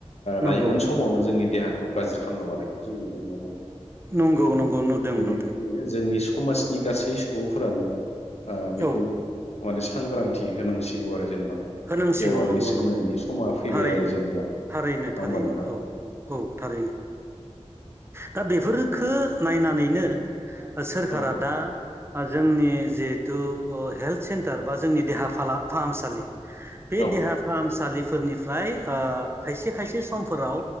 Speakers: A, on the right; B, on the left.
A: नंगौ
B: लाइमोन समावनो जोंनि देहा खौ गाज्रि खालामना लानायखौ जों नुदों नङा होनबा?
A: नंगौ नंगौ नुदों
B: बेनिखायनो
A: नुदों
B: जोंनि समाजनि गासै सुबुंफोरानो ओ बेखौ
A: औ
B: माने सांग्रांथि होनांसिगौ आरो जेनेबा
A: होनांसिगौ
B: एवारनेस
A: नंगौ
B: होनायनि
A: नंगौ
B: समा फैबाय
A: थारैनो
B: आरो जेनेबा।
A: थारैनो
B: नङा
A: थारैनो
B: होमबा नोंथां
A: औ औ औ थारैनो। दा बेफोरखो नायनानैनो सोरखारा
B: औ
A: दा ओ जोंनि जिहेथु ओ हेल्थ सेन्टार बा जोंनि देहा फाला फाहामसालि बे
B: औ
A: देहा फाहामसालि फोरनिफ्राय ओ खायसे खायसे समफोराव